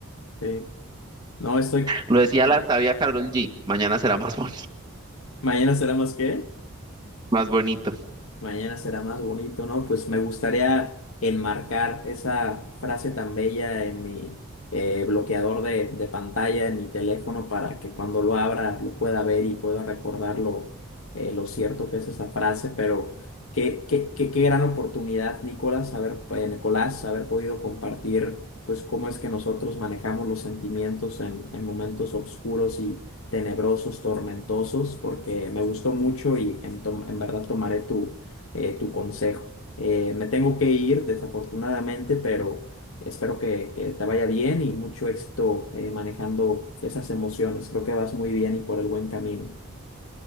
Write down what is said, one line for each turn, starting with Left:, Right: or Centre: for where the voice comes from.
Left: sí. No estoy...
Right: Lo decía
Left: ajá.
Right: la sabia Carol G, mañana será más, bon-
Left: ¿Mañana será más qué?
Right: más bonito.
Left: Mañana será más bonito, ¿no? Pues me gustaría enmarcar esa frase tan bella en mi eh, bloqueador de, de pantalla, en mi teléfono, para que cuando lo abra lo pueda ver y pueda recordar lo, eh, lo cierto que es esa frase. Pero qué, qué, qué, qué gran oportunidad, Nicolás, haber, eh, Nicolás, haber podido compartir, pues, cómo es que nosotros manejamos los sentimientos en, en momentos oscuros y tenebrosos, tormentosos, porque me gustó mucho y en, tom- en verdad tomaré tu eh, tu consejo. Eh, me tengo que ir, desafortunadamente, pero espero que, que te vaya bien y mucho éxito eh, manejando esas emociones. Creo que vas muy bien y por el buen camino.